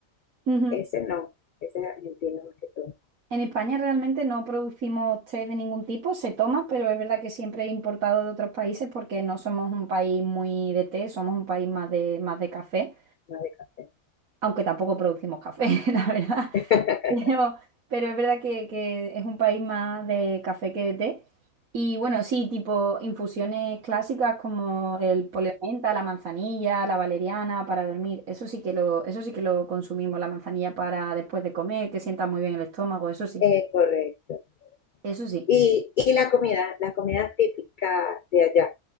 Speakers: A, on the right; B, on the left.
A: Ujú.
B: ese no, ese es argentino más que todo,
A: En España realmente no producimos té de ningún tipo, se toma, pero es verdad que siempre he importado de otros países porque no somos un país muy de té, somos un país más de, más de café,
B: más de café.
A: aunque tampoco producimos café, <laughs> la verdad.
B: <laughs>
A: Pero, pero es verdad que, que es un país más de café que de té. Y bueno, sí, tipo infusiones clásicas como el poleo de menta, la manzanilla, la valeriana para dormir. Eso sí que lo, eso sí que lo consumimos, la manzanilla para después de comer, que sienta muy bien el estómago, eso sí.
B: Eh, correcto.
A: Eso sí.
B: Y, y la comida, la comida típica de allá,